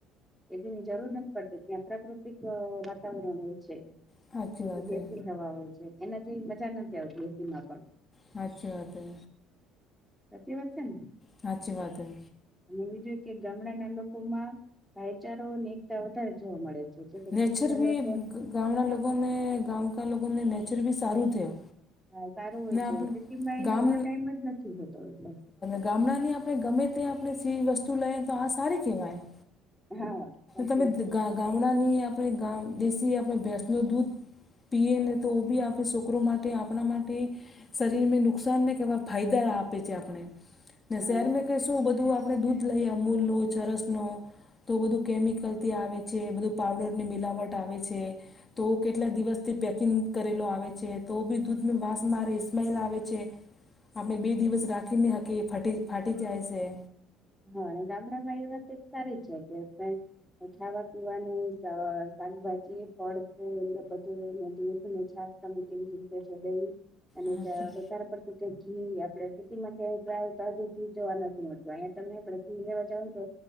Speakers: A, in the centre; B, on the left.
A: એની જરૂર નથી પડતી ત્યાં પ્રાકૃતિક વાતાવરણ હોય છે
B: સાચી
A: જોકે
B: વાત
A: જેથી
B: હે
A: જવા હોય છે એના જે મજા નથી આવતી એસીમાં પણ
B: સાચી વાત હે.
A: સાચી વાત છે ને
B: સાચી વાત હૈ
A: અને બીજું કે ગામડાના લોકોમાં ભાઈચારો અને એકતા વધારે જોવા મળે છે.
B: નેચર બી
A: <unintelligible>
B: ગામડા લોકોને ગામ કા લોકોને નેચર બી સારું થયો.
A: હા સારું હોય
B: ને આપણે
A: સિટીમાં એ
B: ગામ
A: લોકો ને ટાઈમ જ નથી હોતો એટલો
B: ગામડા ની આપણે ગમે તે આપણે સી વસ્તુ લઈએ તો આ સારી કેહવાય
A: હા સાચે
B: તમે ગામડાની આપણે દેશી આપણે ભેસનું દૂધ પીએ ને તો બી આપણે છોકરો માટે તે આપણા માટે શરીરને નુકસાનને કેવા ફાયદા આપે છે આપણે ને
A: હા
B: શેરને
A: એ
B: કે શું બધું આ આપણે દૂધ લઈએ અમૂલનું ચરસનું તો બધું કેમિકલથી આવે છે બધું પાવડરની મિલાવટ આવે છે. તો કેટલા દિવસથી પેકિંગ કરેલો આવે છે તો બી દૂધનું વાંસ મારે સ્મેલ આવે છે. આપણે બે દિવસ રાખીને નય હકીએ ફાટી ફાટી જાય છે.
A: હા અને ગામડામાં એ વાત એક સારી છે કે <unintelligible> વાત પીવાનું શાકભાજી ફળ ફૂલ એટલે બધુંને દૂધ ને છાસ <unintelligible> પછ દહીં અને
B: હાચી
A: <unintelligible> વધારે પડતું કે ઘી આપડે સીટીમાં <unintelligible> ઘી જોવા નથી મળતું અયા આપડે ઘી લેવા જાવ ને તો